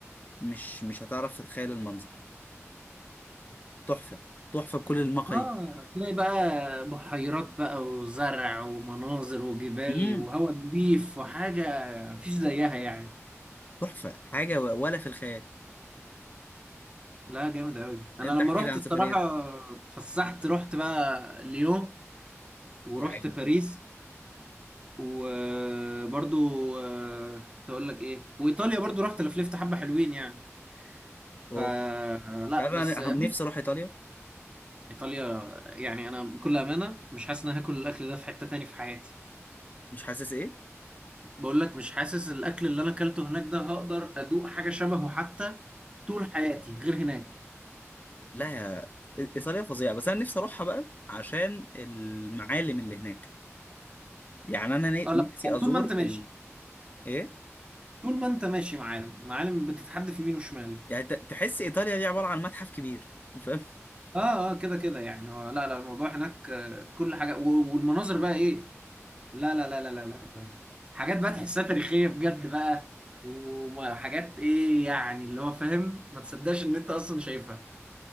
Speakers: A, on the left; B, on the right.
A: مش مش هتعرف تتخيل المنظر تحفة تحفة بكل المقاييس
B: اه تلاقي بقى بحيرات بقى وزرع ومناظر وجبال
A: امم
B: وهواء نظيف وحاجه مفيش زيها يعني
A: تحفه حاجه و- ولا في الخيال
B: لا جامد قوي انا
A: انت
B: لما
A: احكي
B: رحت
A: لي عن
B: الصراحه
A: سفريه
B: اتفسحت رحت بقى ليون ورحت
A: يا عيني
B: باريس وبرضو آه، كنت اقول لك ايه وايطاليا برضو رحت لفلفت حبه حلوين يعني
A: اوف
B: فلا
A: انت عارف
B: بس
A: انا
B: بص
A: هم- نفسي اروح ايطاليا
B: ايطاليا يعني انا بكل امانه مش حاسس ان أنا هاكل الاكل ده في حته تاني في حياتي
A: مش حاسس ايه
B: بقول لك مش حاسس الاكل اللي انا اكلته هناك ده هقدر ادوق حاجه شبهه حتى طول حياتي غير هناك
A: لا يا ايطاليا فظيعه بس انا نفسي اروحها بقى عشان المعالم اللي هناك يعني انا ن-
B: اه
A: نفسي
B: لا
A: ازور
B: طول ما انت ماشي
A: ال... ايه
B: طول ما انت ماشي معالم معالم بتتحدف يمين وشمال
A: يعني ت- تحس ايطاليا دي عباره عن متحف كبير <laughs> فاهم
B: اه اه كده كده يعني هو- لا لا الموضوع هناك آه، كل حاجه و- والمناظر بقى ايه لا لا لا لا لا لا لا. حاجات بقى تحسها تاريخية بجد بقى وحاجات ايه يعني اللي هو فاهم ما تصدقش ان انت اصلا شايفها